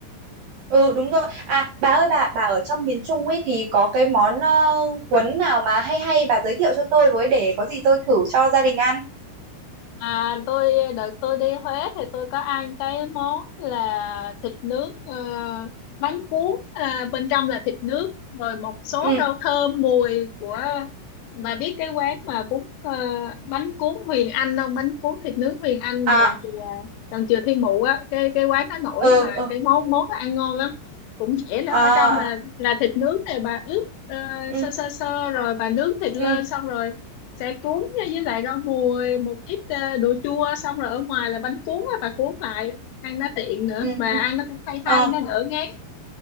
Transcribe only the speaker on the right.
Ừ đúng rồi. À bà ơi bà bà ở trong miền Trung ấy thì có cái món ờ, cuốn nào mà hay hay bà giới thiệu cho tôi với để có gì tôi thử cho gia đình ăn.
Ừ.
À
ừ
ừ
à
à,
ừ
ừ
ừ
ừ.
Ờ